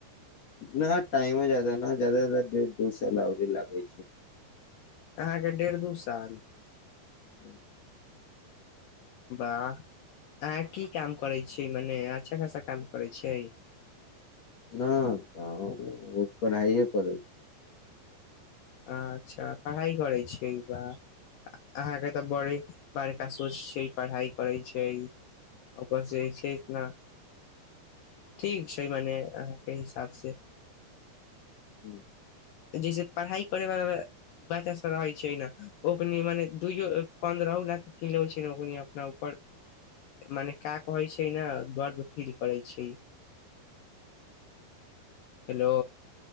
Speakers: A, on the left; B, on the left.
A: ना टाईमो जादा न जादा से जादा डेढ़ दू साल ओरे लागै छै।
B: अहाँके डेढ़ दू साल।
A: ह्म।
B: वाह अह की काम करै छियै मने अच्छा खासा काम करै छियै।
A: नहि तऽ ओ पढ़ाइए करै छी।
B: अच्छा पढ़ाइ करै छै बा अहाँके तऽ बड़े बड़का सोच छै पढ़ाइ करै छै ओकरस छै इतना ठीक छै मने अहाँके हिसाबसँ।
A: हू।
B: जैसे पढ़ाइ करयवला बच्चास सभ रहै छै ने ओ कनि मने दुइयो पन्द्रहो लए कऽ कन लेबै छै ने ओ क अपना ऊपर मने क्य कहै छै ने गर्व फील करै छै। हेलो।